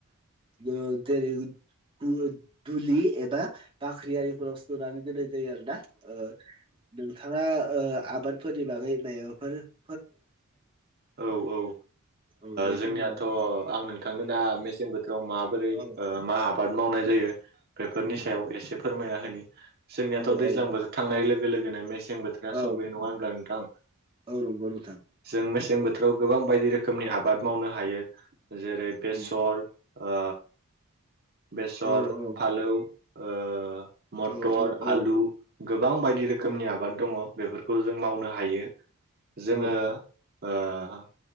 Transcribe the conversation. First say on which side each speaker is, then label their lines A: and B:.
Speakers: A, on the right; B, on the right.
A: ओ जेरै <unintelligible> दुलि एबा बाख्रिआरिफोराव सोनानै दोननाय जायो आरोना ओ नोंथाङा ओ आबादफोरनि बागै मायबाफोर
B: औ औ ओ
A: औ दे
B: जोंनियाथ'
A: फोरमायलाय
B: आं नोंथांनो दा मेसें बोथोराव माबोरै
A: औ
B: मा आबाद मावनाय जायो जायो बेफोरनि
A: औ
B: सायाव एसे फोरमायना होनि जोंनियाथ'
A: औ
B: दैज्लां
A: औ
B: बोथोर थांनाय लोगो लोगोनो मेस मसें बोथोरा
A: औ
B: सौफैयो नङा होनोमब्ला नोंथां
A: औ नंगौ नोंथां
B: ओ जों मेसें बोथोराव गोबां बायदि रोखोमनि आबाद मावनो हायो जेरै बेसर
A: औ
B: ओ बेसर
A: औ औ
B: फालौ ओ मटर
A: औ औ औ
B: आलु गोबां बायदि रोखोमनि आबाद दङ बेफोरखौ जों मावनो हायो जोङो
A: औ
B: ओ